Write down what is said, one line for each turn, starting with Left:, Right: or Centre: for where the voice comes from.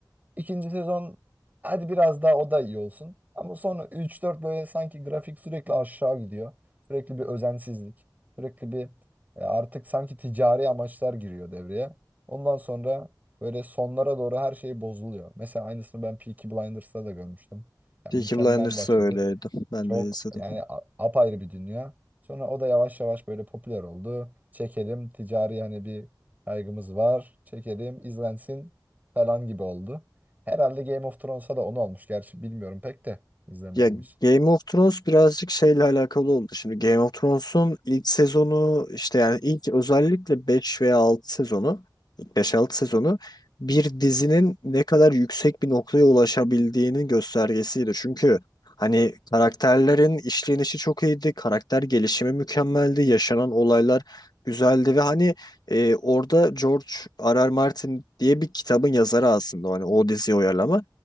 Right: İkinci sezon hadi biraz daha o da iyi olsun. Ama sonra üç dört böyle sanki grafik sürekli aşağı gidiyor. Sürekli bir özensizlik. Sürekli bir e, artık sanki ticari amaçlar giriyor devreye. Ondan sonra böyle sonlara doğru her şey bozuluyor. Mesela aynısını ben Peaky Blinders'ta da görmüştüm. Yani
Left: Peaky
Right: mükemmel
Left: Blinders
Right: başladı.
Left: da öyleydi. Ben
Right: Çok
Left: de izledim.
Right: yani a- apayrı bir dünya. Sonra o da yavaş yavaş böyle popüler oldu. Çekelim ticari hani bir kaygımız var. Çekelim izlensin falan gibi oldu. Herhalde Game of Thrones'a da onu olmuş. Gerçi bilmiyorum pek de izlemediğim
Left: Ya
Right: için.
Left: Game of Thrones birazcık şeyle alakalı oldu. Şimdi Game of Thrones'un ilk sezonu işte yani ilk özellikle beş veya 6 sezonu, ilk 5 6 sezonu bir dizinin ne kadar yüksek bir noktaya ulaşabildiğinin göstergesiydi. Çünkü hani karakterlerin işlenişi çok iyiydi, karakter gelişimi mükemmeldi, yaşanan olaylar güzeldi ve hani e, orada George R. R. Martin diye bir kitabın yazarı aslında hani o diziyi uyarlama.